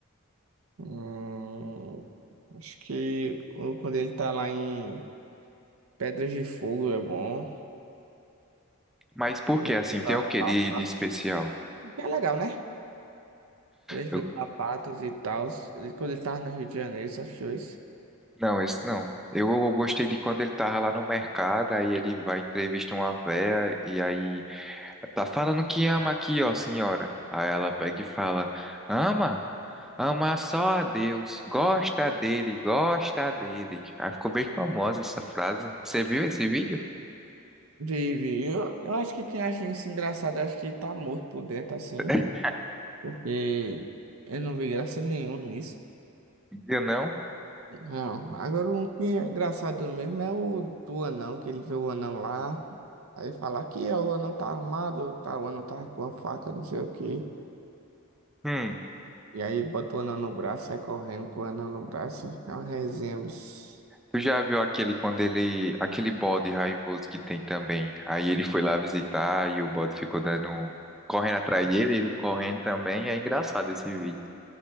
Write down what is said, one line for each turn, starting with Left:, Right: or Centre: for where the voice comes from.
Right: Hum, acho que o- quando ele tá lá em. Pedras de Fogo é bom.
Centre: Mas por
Right: Quando
Centre: que assim?
Right: ele foi pra,
Centre: Tem o que
Right: pra
Centre: de,
Right: Patos.
Centre: de especial?
Right: Que é legal, né? Quando ele
Centre: Eu,
Right: foi pra Patos e tal. Quando ele tava no Rio de Janeiro, você achou isso?
Centre: não, esse não. Eu, eu gostei de quando ele tava lá no mercado, aí ele vai entrevista uma véia e aí tá falando que ama aqui, ó, senhora. Aí ela pega e fala: "Ama? Ama só a Deus, gosta dele, gosta dele". Aí ficou bem famosa essa frase. Você viu esse vídeo?
Right: Vive. Eu, eu acho que quem acha isso engraçado, eu acho que tá morto por dentro, assim.
Centre: <laughs>
Right: Porque eu não vi graça nenhuma nisso.
Centre: Eu não?
Right: Não. Agora o que é engraçado mesmo é o do anão, que ele vê o anão lá. Aí fala que é, o anão tá armado, tá, o anão tá com a faca, não sei o quê.
Centre: Hum.
Right: E aí ele bota o anel no braço, sai correndo com o anel no braço. É uma resenha. bicho.
Centre: Tu já viu aquele quando ele, aquele bode raivoso que tem também? Aí ele foi lá visitar e o bode ficou dando, um- correndo atrás dele, ele correndo também. É engraçado esse vídeo.